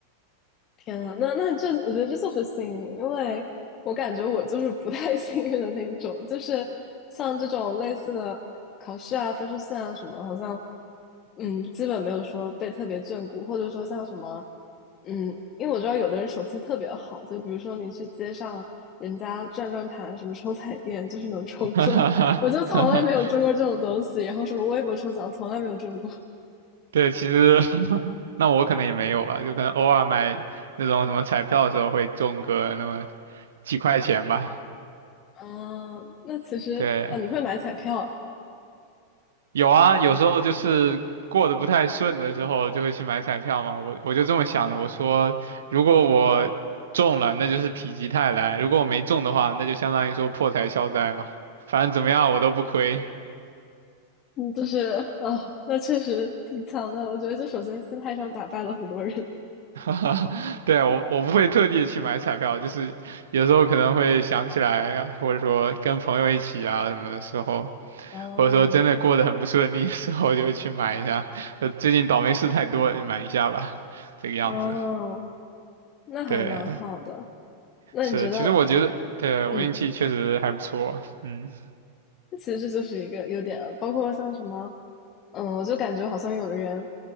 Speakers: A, on the left; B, on the right.
A: 天啊，那那这，我觉得这就是幸运，因为我感觉我就是不太 <laughs> 幸运的那一种，就是像这种类似的考试啊、分数线啊什么，好像嗯，基本没有说被特别眷顾，或者说像什么嗯，因为我知道有的人手气特别好，就比如说你去街上人家转转盘，什么抽彩电，就是能抽中，
B: <laughs>
A: 我就从来没有中过这种东西，然后什么微博抽奖从来没有中过，
B: 对，其实 <laughs> 那我可能也没有吧，就可能偶尔买那种什么彩票的时候会中个那么几块钱吧。
A: 嗯，那其实啊，
B: 对，
A: 你会买彩票。
B: 有啊，有时候就是过得不太顺的时候，就会去买彩票嘛。我我就这么想的，我说如果我中了，那就是否极泰来；如果我没中的话，那就相当于说破财消灾嘛。反正怎么样我都不亏。
A: 嗯，就是啊，那确实挺强的。我觉得，就首先心态上打败了很多人。
B: <laughs> 对啊，我我不会特地去买彩票，就是有时候可能会想起来啊，或者说跟朋友一起啊什么的时候，
A: <laughs> 哦，
B: 或者说真的过得很不顺利的时候，就会去买一下。呃，最近倒霉事太多了，买一下吧，这个样子。
A: 哦，那还蛮好的。
B: 对。
A: 那你觉得，
B: 是，其实我觉得，对，我运气确实还不错。
A: 嗯，
B: 嗯，
A: 其实这就是一个优点了包括像什么，嗯，我就感觉好像有的人，